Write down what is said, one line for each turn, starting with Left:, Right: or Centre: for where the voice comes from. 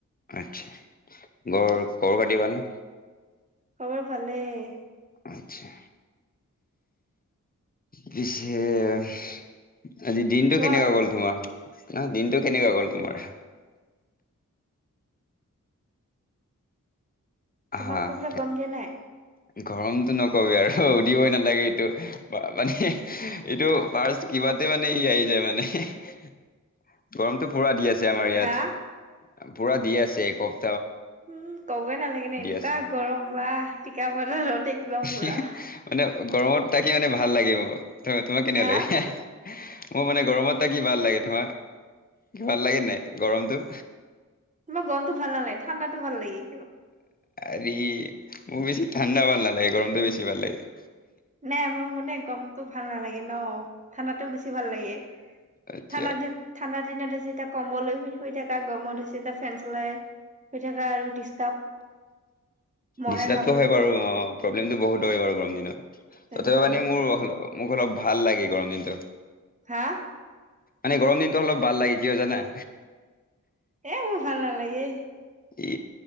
Left: আচ্ছা ঘৰ কৰবাত দিবানে
Right: খবৰ ভালেই
Left: আচ্ছা পিছে <unintelligible> আজি দিনটো
Right: কোৱা
Left: কেনেকোৱা
Right: আৰু
Left: গ'ল তোমাৰ ন দিনটো কেনেকোৱা গ'ল তোমাৰ
Right: তোমাৰ
Left: হা
Right: কছল গম দে নাই?
Left: গৰমটো নকবি আৰু সোধিবই নালা লাগে এইটো মানে এইটো পাৰ্চ কিবা ততে মানে ই আহি যায় মানে এহে হে, গৰমটো পুৰা দি আছে আমাৰ ইয়াত।
Right: হা
Left: পূৰা দি আছে একপ
Right: উম ক'বই নালাগে ন এনেকুৱা
Left: আছে
Right: গৰম বা টিকা ফতা ৰ'দ একদম
Left: হি
Right: পুৰা
Left: হি মানে গৰমত থাকি মানে ভাল লাগে মোৰ, তোমাক কেনেকোৱা
Right: হা
Left: লাগে হে হে? মোৰ মানে গৰমত এটা কি ভাল লাগে তোমাৰ, কি ভাল লাগে নাই গৰমটো?
Right: মোক গৰমটো ভাল নালাগে, ঠাণ্ডাটো ভাল লাগী।
Left: এৰি মোক বেছি ঠাণ্ডা ভাল নালাগে, গৰমটো বেছি ভাল লাগে।
Right: নাই মোৰ মানে গৰমটো ভাল নালাগে ন, ঠাণ্ডাটো বেছি ভাল লাগে।
Left: আচ্ছা
Right: ঠাণ্ডা দিন ঠাণ্ডা দিনত আছে এতিয়া কম্বলৈ শুই থাক। এটা গৰমত হৈছে এটা ফেন চলাই, হৈ থকা আৰু ডিষ্টাৰ্ব মহে
Left: ডিষ্টাবটো
Right: কামুৰিব
Left: হয় বাৰু অ প্ৰব্লেমটো বহুত হয় বাৰু গৰম দিনত।
Right: তেনেকুৱা
Left: তথাপি মানে
Right: আৰু
Left: মোৰ মোক অলপ ভাল লাগে গৰম দিনটো।
Right: হা!
Left: মানে গৰম দিনটো অলপ ভাল লাগে কিয় জানা?
Right: এ মোৰ ভাল নালাগে।
Left: ই